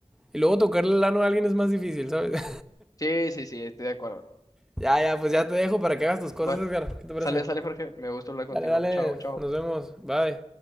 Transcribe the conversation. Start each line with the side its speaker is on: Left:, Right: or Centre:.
Centre: Y luego tocarle el ano a alguien es más difícil, ¿sabes?
Left: Sí, sí, sí, estoy de acuerdo.
Centre: Ya, ya, pues ya te dejo para que hagas tus cosas,
Left: Bueno,
Centre: Edgar. ¿Qué te parece?
Left: sale, sale, Jorge. Me gusta hablar contigo.
Centre: Dale, dale.
Left: Chao, chao.
Centre: Nos vemos. Bye.